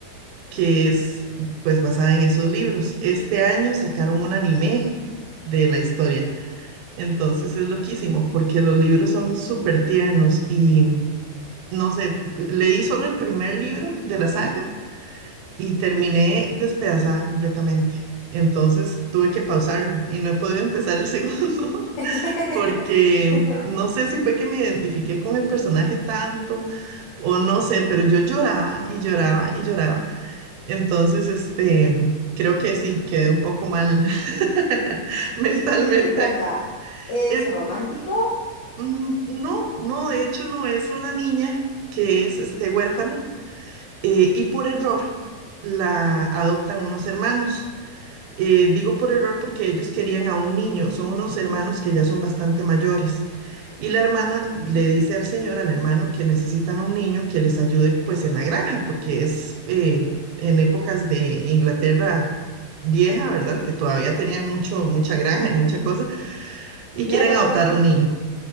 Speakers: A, on the right; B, on the left.
A: que es pues basada en esos libros. Este año sacaron un anime de la historia. Entonces es loquísimo porque los libros son súper tiernos y no sé, p- leí solo el primer libro de la saga y terminé despedazada completamente. Entonces tuve que pausarlo y no he podido empezar el <laughs> segundo
B: <laughs>
A: porque no sé si fue que me identifiqué con el personaje tanto o no sé, pero yo lloraba y lloraba y lloraba. Entonces, este, creo que sí, quedé un poco mal <laughs> mentalmente.
B: ¿Y, y de qué trata? ¿Es
A: Es,
B: romántico?
A: mm, no, no, de hecho no, es una niña que es, este, huérfana eh, y por error la adoptan unos hermanos. Eh, digo por error porque ellos querían a un niño, son unos hermanos que ya son bastante mayores. Y la hermana le dice al señor, al hermano, que necesitan un niño que les ayude pues en la granja, porque es eh, en épocas de Inglaterra vieja, ¿verdad? Que todavía tenían mucho, mucha granja y mucha cosa, y
B: Claro,
A: quieren adoptar
B: claro.
A: a un niño,